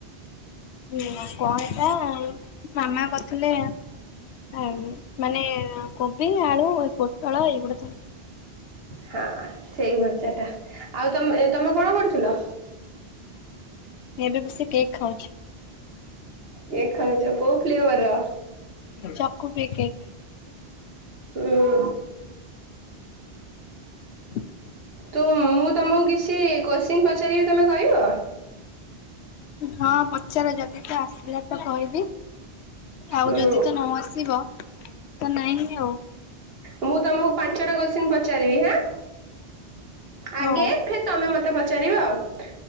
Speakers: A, on the left; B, on the right.
A: <unintelligible> କଣ ସେଟା ମାମା କରିଥିଲେ ଆଉ ମାନେ କୋବି, ଆଳୁ, ପୋଟଳ ଏଇଗୁଡା ସବୁ
B: ହଁ ସେଇ ଭଜାଟା ଆଉ ତମେ ତମେ କଣ କରୁଥିଲ?
A: ଏବେ ବସି କେକ୍ ଖାଉଛି।
B: କେକ୍ ଖାଉଚ କୋଉ ଫ୍ଲେଭରର?
A: ଚକୁବି କେକ୍।
B: ହୁଁ।
A: <inaudible>
B: ତୁମ୍ ମୁଁ ତମକୁ କିଛି କୋଶ୍ଚିନ୍ ପଚାରିବି ତମେ କହିବ?
A: ହଁ ପଚା ଦେଖିଆ ତ ଆସିଲା ତ କହିବି, ଆଉ
B: ହୁଁ
A: ଯଦି ତ ନ ଆସିବ ତ ନାଇଁ ଆଉ।
B: ମୁଁ ତମକୁ ପାଞ୍ଚଟା କୋଶ୍ଚିନ୍ ପଚାରିବି ହାଁ, ଆଗେ
A: ହଉ।
B: ଫିର ତମେ ମତେ ପଚାରିବ ଆଉ।